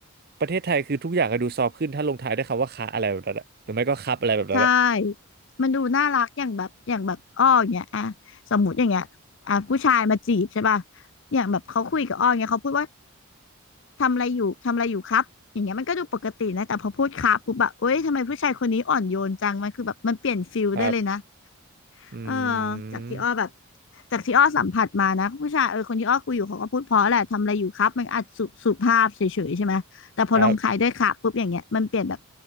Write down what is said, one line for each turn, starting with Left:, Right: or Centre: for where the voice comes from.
Right: ประเทศไทยคือทุกอย่างก็ดูซอฟต์ขึ้นถ้าลงท้ายด้วยคำว่าคะอะไรแบบนั้นอะหรือไม่ก็ครับอะไรแบบนั้นอะ
Left: ใช่มันดูน่ารักอย่างแบบอย่างแบบอ้ออย่างเงี้ยอ่ะสมมติอย่างเงี้ยอ่ะผู้ชายมาจีบใช่ป่ะอย่างแบบเขาคุยกับอ้ออย่างเงี้ยเขาพูดว่า ทำอะไรอยู่ทำอะไรอยู่ครับอย่างเงี้ยมันก็ดูปกตินะแต่พอพูดครับปุ๊บแบบเอ้ยทำไมผู้ชายคนนี้อ่อนโยนจังมันคือแบบมันเปลี่ยนฟิลได้เลยนะ
Right: ครับอื
Left: เออจากที่อ้อแบบ
Right: ม
Left: จากที่อ้อสัมผัสมานะผู้ชายเออคนที่อ้อคุยอยู่เขาก็พูดเพราะแหละทำอะไรอยู่ครับมันอาจสุสุภาพเฉยๆใช่ไหมแต่พอลงท้ายด้วยครับปุ๊บอย่างเงี้ยมันเปลี่ยนแบบ
Right: ครับ